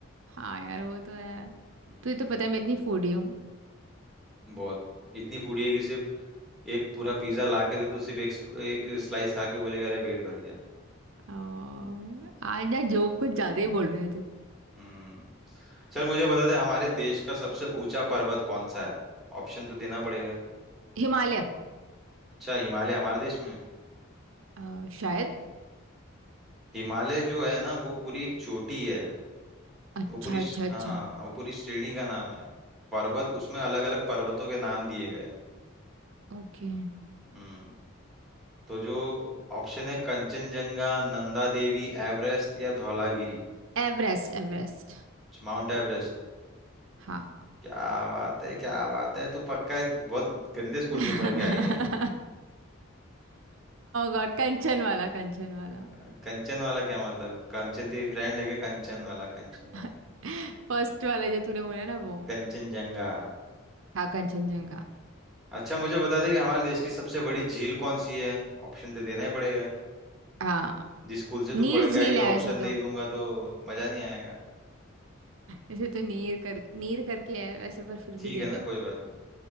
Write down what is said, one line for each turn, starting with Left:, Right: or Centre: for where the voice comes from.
Right: हाँ यार वो तो है
Centre: हम्म,
Right: तुझे तो पता है मैं इतनी फूडी हूँ
Centre: बहुत इतनी फूडी है कि सिर्फ एक पूरा पिज्जा ला के दो तो सिर्फ एक स्प- एक स्लाइस खा के बोलेगा अरे पेट भर गया
Right: और आज यार जोक कुछ ज्यादा ही बोल रहा है तू
Centre: हम्म चल मुझे बता दे हमारे देश का सबसे ऊंचा पर्वत कौन सा है ऑप्शन तो देना पड़ेगा
Right: हिमालय
Centre: अच्छा हिमालय हमारे देश में
Right: अ, शायद
Centre: हिमालय जो है ना वो पूरी एक चोटी है
Right: अच्छा
Centre: वो पूरी श-
Right: अच्छा अच्छा
Centre: हाँ वो पूरी श्रेणी का नाम है पर्वत उसमें अलग अलग पर्वतों के नाम दिए गए हैं
Right: ओके
Centre: हम्म तो जो ऑप्शन है कंचनजंगा नंदा देवी एवरेस्ट या धौलागिरी
Right: Everest Everest
Centre: च- माउंट एवरेस्ट
Right: हाँ
Centre: क्या बात है क्या बात है तू पक्का बहुत गंदे स्कूल
Right: <laughs>
Centre: से पढ़ के आई है
Right: ओह गॉड कंचन वाला कंचन वाला
Centre: अ, कंचन वाला क्या मतलब कंचन तेरी फ्रेंड है क्या कंचन वाला कंचन वाला
Right: <laughs> फर्स्ट वाला जो तूने बोला ना वो
Centre: कंचनजंगा
Right: हाँ कंचनजंगा
Centre: अच्छा मुझे बता दे कि हमारे देश की सबसे बड़ी झील कौन सी है ऑप्शन तो देना ही पड़ेगा
Right: हाँ
Centre: जिस स्कूल से तू
Right: नीर
Centre: पढ़ के
Right: झील
Centre: आई है
Right: है
Centre: ऑप्शन
Right: वैसे
Centre: नहीं
Right: तो
Centre: दूंगा तो मजा नहीं आएगा
Right: वैसे तो नीर कर नीर करके है वैसे पर फिर
Centre: ठीक
Right: भी दे
Centre: है ना
Right: दे
Centre: कोई बात नहीं